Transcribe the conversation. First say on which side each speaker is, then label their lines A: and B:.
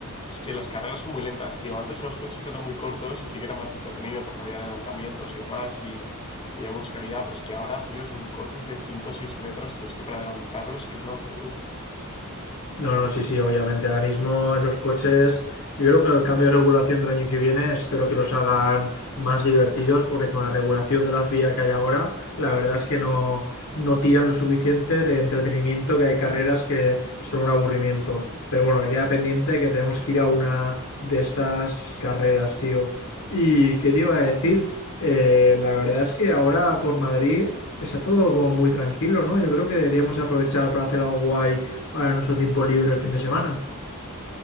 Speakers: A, on the left (about 25°); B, on the left (about 70°).
A: es que las carreras son muy lentas, tío. Antes los coches eran muy cortos y sí que era más entretenido porque había adelantamientos y demás y, y había mucha calidad, pero es que ahora, tío, son coches de 5 o 6 metros que es que para adelantarlos que es un autobús.
B: No, no, sí, sí, obviamente. Ahora mismo esos coches, yo creo que el cambio de regulación del año que viene, espero que los hagan más divertidos, porque con la regulación de la FIA que hay ahora, la verdad es que no, no tiran lo suficiente de entretenimiento, que hay carreras que son un aburrimiento. Pero bueno, me queda pendiente que tenemos que ir a una de estas carreras, tío. ¿Y qué te iba a decir? Eh, la verdad es que ahora por Madrid está todo como muy tranquilo, ¿no? Yo creo que deberíamos aprovechar para hacer algo guay ahora en nuestro tiempo libre el fin de semana.